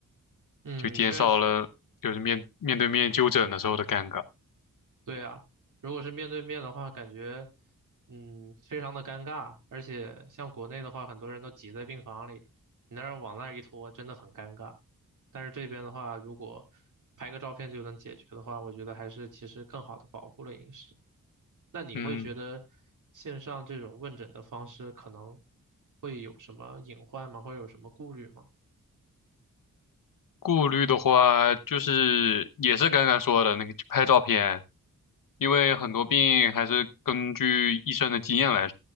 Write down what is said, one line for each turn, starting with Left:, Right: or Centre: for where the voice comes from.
Right: 嗯，
Left: 就减少了就是面面对面就诊的时候的尴尬。
Right: 确实。对啊，如果是面对面的话，感觉嗯非常的尴尬，而且像国内的话，很多人都挤在病房里，你那儿往那儿一拖，真的很尴尬。但是这边的话，如果拍个照片就能解决的话，我觉得还是其实更好的保护了隐私。那你会觉得线上这种问诊的方式可能
Left: 嗯，
Right: 会有什么隐患吗？会有什么顾虑吗？
Left: 顾虑的话就是也是刚刚说的那个拍照片，因为很多病还是根据医生的经验来